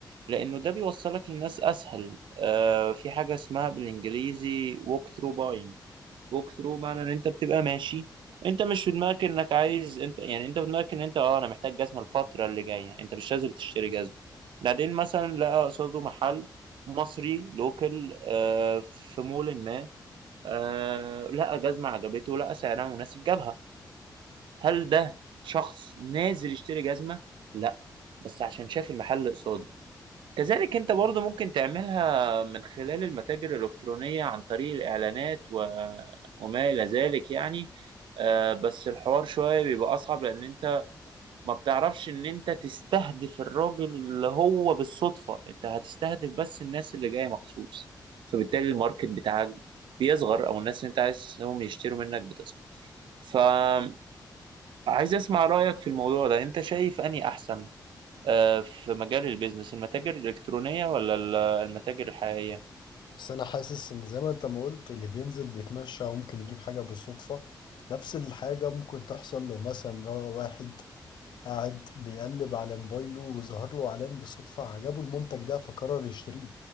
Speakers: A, on the right; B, on the left.
A: لأنه ده بيوصلك للناس أسهل آه في حاجة اسمها بالإنجليزي walk through buying walk through معنى إن أنت بتبقى ماشي أنت مش في دماغك إنك عايز أنت يعني أنت في دماغك إن أنت أه أنا محتاج جزمة الفترة اللي جاية أنت مش نازل تشتري جزمة بعدين مثلا لقى قصاده محل مصري لوكال آه في مول ما آه لقى جزمة عجبته لقى سعرها مناسب جابها هل ده شخص نازل يشتري جزمة؟ لا بس عشان شاف المحل قصاده كذلك انت برضو ممكن تعملها من خلال المتاجر الإلكترونية عن طريق الإعلانات و... وما إلى ذلك يعني آه، بس الحوار شوية بيبقى أصعب لأن انت ما بتعرفش إن انت تستهدف الراجل اللي هو بالصدفة انت هتستهدف بس الناس اللي جاية مخصوص فبالتالي الماركت بتاعك بيصغر أو الناس اللي انت عايزهم يشتروا منك بتصغر فعايز أسمع رأيك في الموضوع ده انت شايف أني أحسن آه، في مجال البيزنس المتاجر الإلكترونية ولا ال- المتاجر الحقيقية
B: بس انا حاسس ان زي ما انت ما قلت اللي بينزل بيتمشى وممكن يجيب حاجة بالصدفة نفس الحاجة ممكن تحصل لو مثلا را- واحد قاعد بيقلب على موبايله وظهر له اعلان بالصدفة عجبه المنتج ده فقرر يشتريه